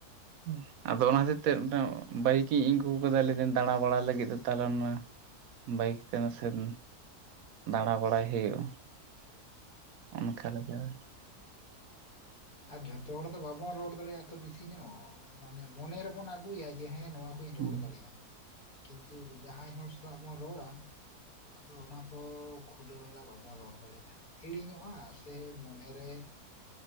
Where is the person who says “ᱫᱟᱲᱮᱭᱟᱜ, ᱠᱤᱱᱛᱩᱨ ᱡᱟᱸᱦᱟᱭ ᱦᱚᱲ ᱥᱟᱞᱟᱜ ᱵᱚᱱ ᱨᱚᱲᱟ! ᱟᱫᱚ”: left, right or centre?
Left